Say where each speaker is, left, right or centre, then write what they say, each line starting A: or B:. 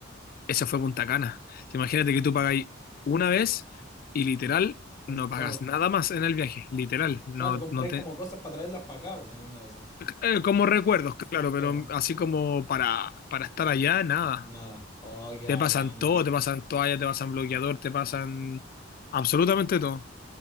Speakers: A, on the left; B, on the left.
A: Esa fue Punta Cana. Si Imagínate que tú pagáis una vez y literal
B: Tenéis
A: no pagas
B: todo.
A: nada más en el viaje, literal. No,
B: Claro, compráis
A: no te,
B: como cosas para traerlas para acá, po, en una de esas.
A: Eh, como recuerdos, claro,
B: Claro.
A: pero así como para, para estar allá, nada.
B: Nada. Oh, qué
A: Te
B: bacán.
A: pasan todo, te pasan toalla, te pasan bloqueador, te pasan absolutamente todo.